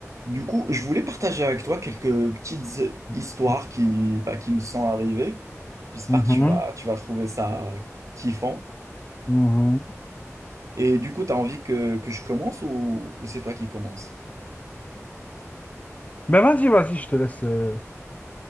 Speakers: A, on the right; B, on the left.
A: Du coup, je voulais partager avec toi quelques petites
B: Mhm,
A: histoires qui, bah, qui me sont arrivées. J'espère
B: mhm,
A: que tu vas, tu vas trouver ça kiffant.
B: mhm.
A: Et du coup, tu as envie que, que je commence ou, ou c'est toi qui commences?
B: Mais vas-y, vas-y, je te laisse. euh,